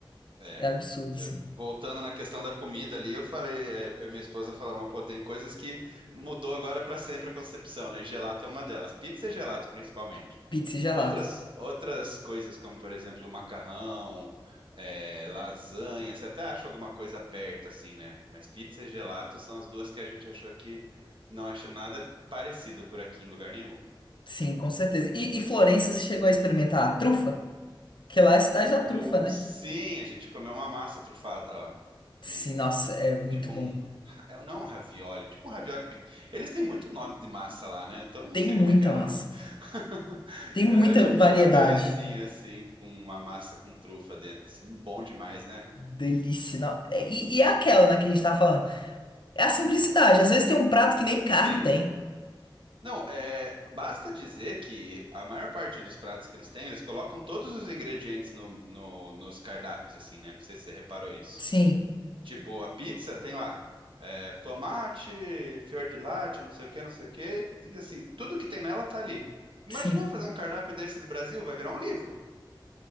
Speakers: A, on the right; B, on the left.
A: é.
B: É absurdo, assim.
A: É, Voltando na questão da comida ali, eu falei, é, eu e minha esposa falamos, pô, tem coisas que mudou agora para sempre a concepção, né? Gelato é uma delas. Pizza e gelato, principalmente.
B: Pizza e gelato.
A: Outras, outras coisas, como por exemplo, macarrão, é, lasanha, você até acha alguma coisa perto, assim, né? Mas pizza e gelato são as duas que a gente achou que não acha nada parecido por aqui em lugar nenhum.
B: Sim, com certeza. E, e Florença, você chegou a experimentar a trufa? Que lá é a cidade da
A: O,
B: trufa, né?
A: sim, a gente comeu uma massa trufada, ó,
B: Sim,
A: um-
B: nossa, é muito
A: tipo
B: bom.
A: um, é, não um ravioli, tipo um ravioli. pe- Eles têm muito nome de massa lá, né? Então eu não
B: Tem
A: sei como
B: muita
A: é que era
B: massa.
A: o nome. <laughs>
B: Tem
A: Era
B: muita
A: tipo
B: variedade.
A: um raviolizinho assim, com uma massa com trufa dentro, assim, bom demais, né?
B: Delícia. não. É, E, e é aquela, né, que a gente tava falando. É a simplicidade. Às vezes tem um prato que nem
A: Sim.
B: carne tem.
A: Não, é, basta dizer que a maior parte dos pratos que eles têm, eles colocam todos os ingredientes no, no- nos cardápios, assim, né? Não sei se você reparou isso.
B: Sim,
A: Tipo, a pizza tem lá é, tomate, fior de latte, não sei o que, não sei o que. E assim, tudo que tem nela tá ali. Imaginou
B: sim.
A: fazer um cardápio desse no Brasil? Vai virar um livro.